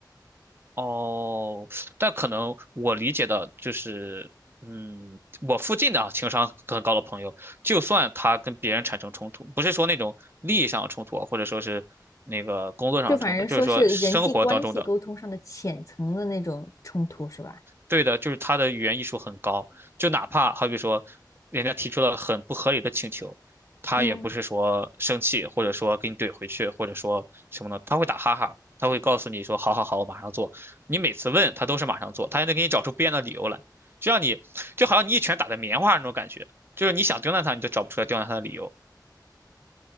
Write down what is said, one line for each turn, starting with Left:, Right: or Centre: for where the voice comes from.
Right: 哦，但可能我理解的就是，嗯，我附近的啊，情商很高的朋友，就算他跟别人产生冲突，不是说那种利益上的冲突啊或者说是那个工作上的冲突，
Left: 就反正说是人际关系沟通上的浅层的那种冲突，
Right: 就是说生活当中的
Left: 是吧？
Right: 对的，就是他的语言艺术很高，就哪怕好比说，人家提出了很不合理的请求，他也不是说生气，
Left: 嗯，
Right: 或者说给你怼回去，或者说什么呢？他会打哈哈，他会告诉你说好好好，我马上做。你每次问他都是马上做，他还能给你找出编的理由来，就让你就好像你一拳打在棉花那种感觉，就是你想刁难他，你都找不出来刁难他的理由